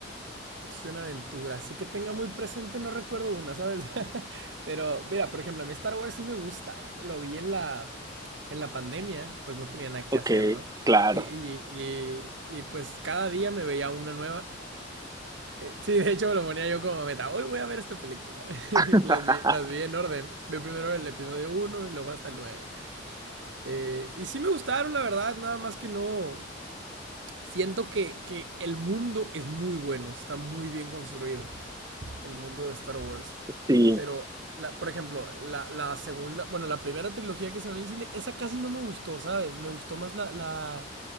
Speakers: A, on the right; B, on the right.
A: Acción aventura, así que tenga muy presente, no recuerdo una, ¿sabes? <laughs> Pero mira, por ejemplo, a mí Star Wars sí me gusta, lo vi en la, en la pandemia, pues no tenía nada
B: Ok,
A: que hacer, ¿no?
B: claro.
A: Y, y- y- y, pues cada día me veía una nueva. Eh, sí, de hecho me lo ponía yo como meta, hoy voy a ver esta película. <laughs> Y
B: <laughs>
A: Las vi, las vi en orden, vi primero el episodio uno y luego hasta el 9. Eh, y sí me gustaron, la verdad, nada más que no... Siento que, que el mundo es muy bueno, está muy bien construido el mundo de Star Wars.
B: Sí,
A: Pero, la, por ejemplo, la, la segunda, bueno, la primera trilogía que salió en el cine, esa casi no me gustó, ¿sabes? Me gustó más la, la,